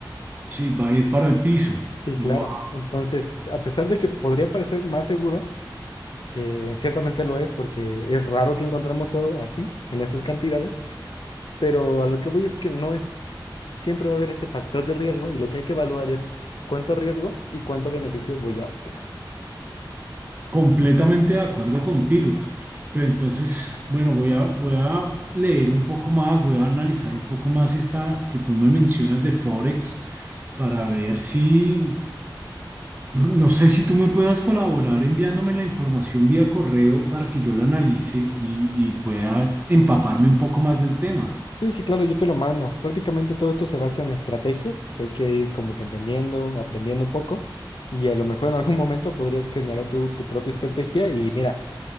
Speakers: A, on the right; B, on the left.
A: Sí, va a ir para el piso.
B: Sí,
A: Wow,
B: claro. Entonces, a pesar de que podría parecer más seguro, que ciertamente lo es, porque es raro que encontremos oro así, en esas cantidades, pero a lo que voy es que no es, siempre va a haber ese factor de riesgo y lo que hay que evaluar es cuánto riesgo y cuánto beneficio voy a obtener.
A: completamente de acuerdo contigo. Pero entonces, bueno, voy a, voy a leer un poco más, voy a analizar un poco más esta que tú me mencionas de Forex para ver si, no sé si tú me puedas colaborar enviándome la información vía correo para que yo la analice y, y pueda empaparme un poco más del tema.
B: Sí, sí, claro, yo te lo mando. Prácticamente todo esto se basa en estrategias que hay que ir como que entendiendo, aprendiendo un poco y a lo mejor en algún momento podrías generar tu, tu propia estrategia y mira,